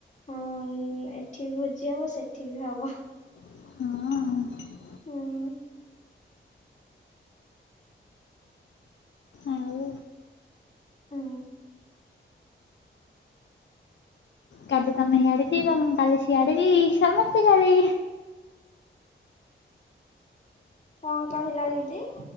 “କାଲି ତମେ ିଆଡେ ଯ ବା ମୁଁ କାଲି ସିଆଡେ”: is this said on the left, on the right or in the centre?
Left